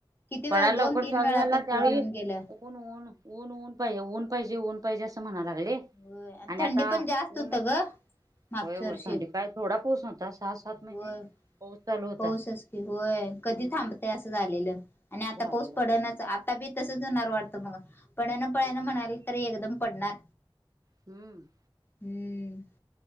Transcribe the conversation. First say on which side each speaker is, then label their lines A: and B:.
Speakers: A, on the left (about 25°); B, on the right (about 40°).
A: किती
B: पडायला
A: वेळा दोन
B: लवकर
A: तीन
B: चालू
A: वेळा
B: झाला
A: तर
B: त्यावेळी
A: पूर येऊन गेलं
B: हुन हुन ऊन ऊन पाहिे ऊन पाहिजे ऊन पाहिजे. असं म्हणत
A: होय
B: <unintelligible> आणि
A: थंडी
B: आता
A: पण जास्त
B: ऊण
A: होतं ग मागच्या
B: होय होय
A: वर्षी
B: थंडी काय थोडा पाऊस नव्हता. सहा सात महिने
A: होय,
B: पाऊस चालू होता
A: पाऊच की होय कधी
B: हम्म
A: थांबते असं झालेलं. आणि आता
B: झालेलं
A: पाऊस पडणच
B: हो
A: आता बी तसच होणार वाटतं, मग पडण पडणा म्हणालोय तरी एकदम पडणार
B: <unintelligible>
A: हम्म